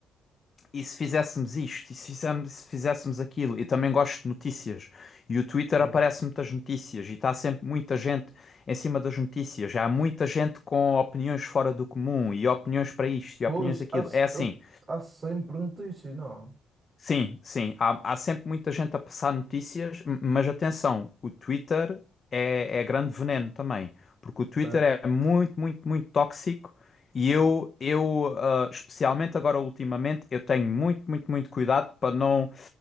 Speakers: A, on the left (about 45°); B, on the right (about 30°).
A: e se fizéssemos isto? E se fizéssemos, se fizéssemos aquilo? E também gosto de notícias e o Twitter
B: ok.
A: aparece muitas notícias e está sempre muita gente em cima das notícias. Já há muita gente com opiniões fora do comum e opiniões para isto e
B: Pois,
A: opiniões aquilo.
B: há, se-
A: É assim.
B: eu- há sempre notícias, não?
A: Sim, sim. Há, há sempre muita gente a passar notícias, m- mas atenção, o Twitter é, é grande veneno também, porque o Twitter
B: Eh,
A: é muito, muito, muito tóxico e eu, eu ah, especialmente agora ultimamente, eu tenho muito, muito, muito cuidado para não,